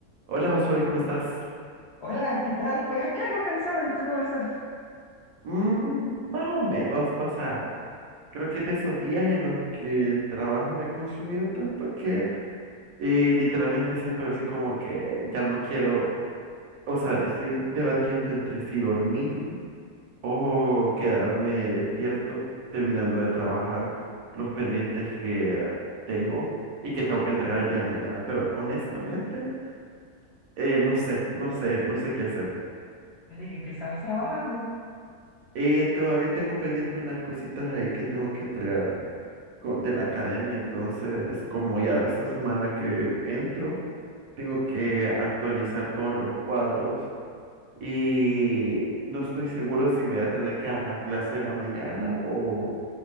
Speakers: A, on the right (about 70°); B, on the left (about 80°).
A: Hola Josué, ¿cómo estás?
B: Hola, ¿qué tal? Pues aquí algo cansado, ¿y tú cómo estás?
A: Mm, más o menos, o sea, creo que es de esos días en los que el trabajo me ha consumido tanto que eh, literalmente siento así como que ya no quiero, o sea, estoy debatiendo entre si dormir o quedarme despierto terminando de trabajar los pendientes que tengo y que tengo que entregar el día de mañana, pero honestamente, eh, no sé, no sé, no sé qué hacer.
B: Me dije que estabas trabajando.
A: Eh, todavía tengo pendiente unas cositas ahí que tengo que entregar co- de la academia, entonces como ya de esta semana que entro, tengo
B: Ujú.
A: que actualizar todos los cuadros y no estoy seguro si voy a tener que dar la clase de la mañana o,